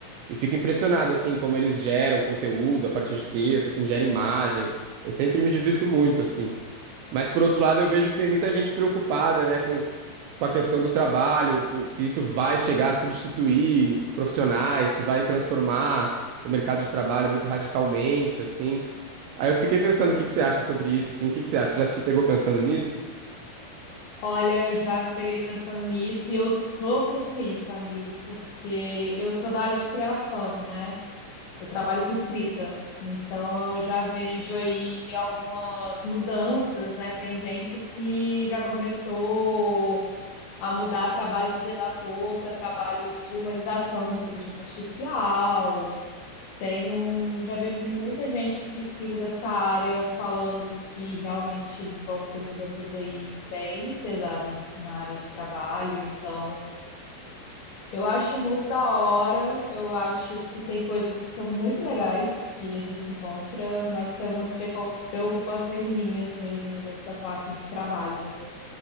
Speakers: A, on the right; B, on the left.
A: e fico impressionado assim como eles geram conteúdo a partir de texto, assim, gera imagem. Eu sempre me divirto muito assim. Mas por outro lado, eu vejo que tem muita gente preocupada, né, com, com a questão do trabalho, co- se isso vai chegar a substituir profissionais, se vai transformar o mercado de trabalho muito radicalmente, assim. Aí eu fiquei pensando, o que que você acha sobre isso, assim? O que que você acha? Você já se pegou pensando nisso?
B: Olha, eu já peguei pensando nisso e eu sofro com isso, amigo, porque eu sou da área de criação, né? Eu trabalho com escrita. Então, eu já vejo aí algumas mudanças, né? Tem gente que já começou a mudar trabalho de redator para trabalho de humanização de inteligência artificial. Tenho, já vejo muita gente que pesquisa dessa área falando que realmente vão ter mudanças aí bem pesadas na área de trabalho. Então, eu acho muito da hora. Eu acho que tem coisas que são muito legais que a gente encontra, mas tem algumas precau- preocupaçõezinhas mesmo dessa parte de trabalho, viu?